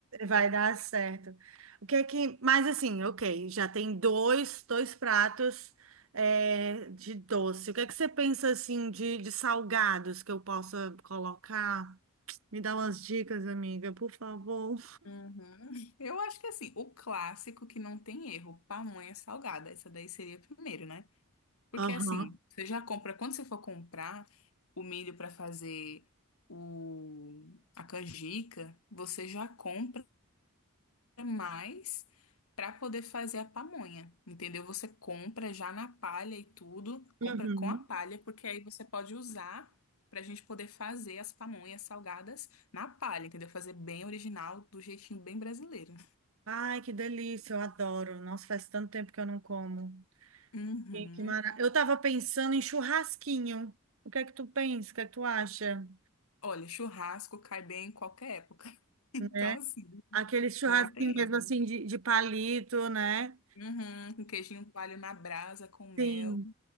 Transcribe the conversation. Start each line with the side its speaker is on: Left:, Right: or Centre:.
Right: Vai dar certo. O que é que. Mas assim, ok, já tem dois, dois pratos é, de doce. O que é que você pensa assim de, de salgados que eu possa colocar? Me dá umas dicas, amiga, por favor.
Left: Uhum. Eu acho que assim, o clássico que não tem erro, pamonha salgada, essa daí seria primeiro, né? Porque
Right: Aham.
Left: assim, você já compra, quando você for comprar o milho para fazer o, a canjica, você já compra mais para poder fazer a pamonha, entendeu? Você compra já na palha e tudo, compra
Right: Uhum.
Left: com a palha, porque aí você pode usar para a gente poder fazer as pamonhas salgadas na palha, entendeu? Fazer bem original, do jeitinho bem brasileiro.
Right: Ai, que delícia, eu adoro. Nossa, faz tanto tempo que eu não como.
Left: Uhum.
Right: Sim, Que mara... Eu tava pensando em churrasquinho. O que é que tu pensa? O que é que tu acha?
Left: Olha, churrasco cai bem em qualquer época. <laughs> Então,
Right: Né?
Left: assim,
Right: Aquele churrasquinho
Left: não tem
Right: mesmo
Left: erro.
Right: assim de, de palito, né?
Left: Uhum. Um queijinho coalho na brasa com mel.
Right: Sim,